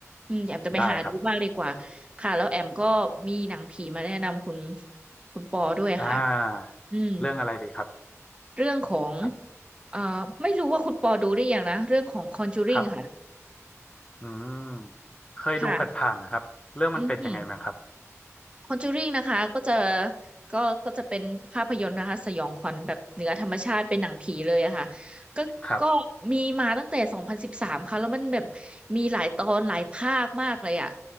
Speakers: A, on the right; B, on the left.
A: อืมเดี๋ยวแอมจะไปหาดูบ้างดีกว่าค่ะแล้วแอมก็มีหนังผีมาแนะนำคุณ
B: ได้ครับ
A: คุณปอด้วยค่ะ
B: อ่า
A: อืม
B: เรื่องอะไรดีครับ
A: เรื่องของ
B: ครับ
A: เอ่อไม่รู้ว่าคุณปอดูได้ยังนะเรื่องของ Conjuring
B: ครับ
A: ค่ะ
B: อืมเคยดูผ่านๆนะครับเรื่องมันเป็นยังไงมั้างครับ
A: ค่ะอืม คอนจูริงนะคะก็จะก็ก็จะเป็นภาพยนตร์นะคะสยองขวัญแบบเหนือธรรมชาติเป็นหนังผีเลยอะค่ะก็ก็มีมาตั้งแต่สองพันสิบสามค่ะแล้วมันแบบ
B: ครับ
A: มีหลายตอนหลายภาคมากเลยอะ